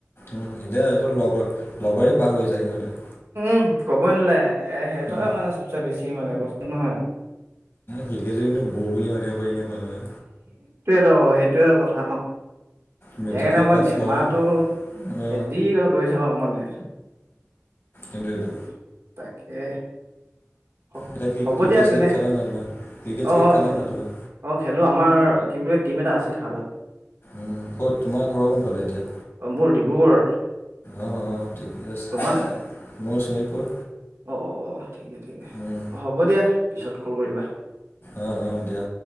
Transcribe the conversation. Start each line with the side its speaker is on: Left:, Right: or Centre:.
Left: উম, এতিয়া সহৰ লগৰ লগৰে পাহৰি যায় সিহঁতে।
Right: উ, ক'বই নিলে এ সিহঁতৰ
Left: উম
Right: মানে চবচে বেছি মানে কৈছো নহয়।
Left: সেইকেইযোৰ কিন্তু বৌ বুলি মাতিব পাৰি ন মানুহে।
Right: সেইটোয়ে কথা ন।
Left: মেট্ৰিকেই
Right: সেইকাৰণে মই
Left: পাছ
Right: নেমাহটো
Left: কৰা নাই অ
Right: যি কৰে কৰি থাকক মানে।
Left: এইটো এইটো।
Right: উম, তাকে। হ
Left: এতিয়া কি
Right: হ'ব
Left: ক্ৰিকেট
Right: দিয়া
Left: চিকেট
Right: তেনে
Left: খেলা নাই তুমি? ক্ৰিকেট
Right: অ
Left: চিকেট
Right: অ
Left: খেলা
Right: খেলো
Left: নাই তুমি?
Right: অ' খেলোঁ আমাৰ কি বুলি টিম এটা আছে তাত।
Left: উম, ক'ত তোমাৰ ঘৰৰ কোনফালে এতিয়া?
Right: মোৰ ডিব্ৰুগড়
Left: অ', অ' ঠিকে আছে।
Right: তোমাৰ
Left: মোৰ শোণিতপুৰ।
Right: অ', অ', অ' ঠিকে ঠিকে।
Left: উম
Right: অ' হ'ব দিয়া পিছত কল কৰিবা।
Left: অ', অ' দিয়া।